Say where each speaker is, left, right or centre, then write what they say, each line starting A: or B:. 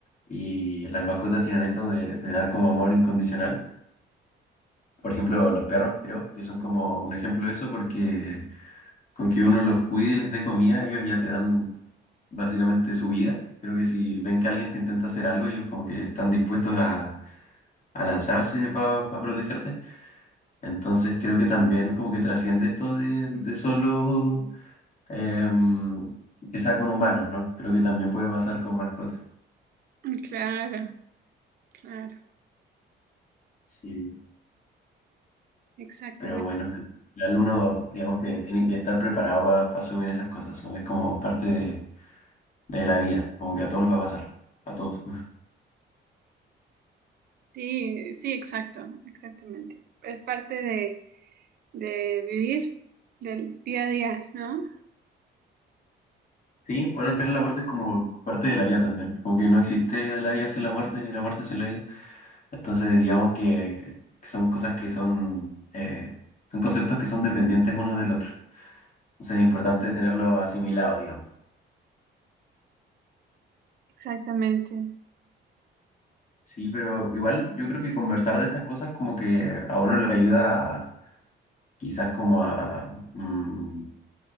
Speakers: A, on the left; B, on the right.
A: y las mascotas tienen esto de, de dar como amor incondicional. Por ejemplo, los perros, creo que son como un ejemplo de eso, porque con que uno los cuide y les dé comida, ellos ya te dan básicamente su vida. Creo que si ven que alguien te intenta hacer algo, ellos como que están dispuestos a, a lanzarse para protegerte. Entonces creo que también como que trasciende esto de, de solo em, que sea con humanos, ¿no? Creo que también puede pasar con mascotas.
B: Claro, claro,
A: Sí.
B: exactamente.
A: Pero bueno, al final uno, digamos que tiene que estar preparado para asumir esas cosas. ¿no? Es como parte de de la vida, como que a todos nos va a pasar, a todos.
B: Sí, sí, exacto, exactamente. Es parte de, de vivir del día a día, ¿no?
A: Sí, bueno, al final la muerte es como parte de la vida también, como que no existe la vida sin la muerte y la muerte sin la vida. Entonces, digamos que, que son cosas que son, eh, son conceptos que son dependientes uno del otro. Entonces, es importante tenerlo asimilado, digamos.
B: Exactamente.
A: Sí, pero igual yo creo que conversar de estas cosas como que a uno le ayuda quizás como a mm,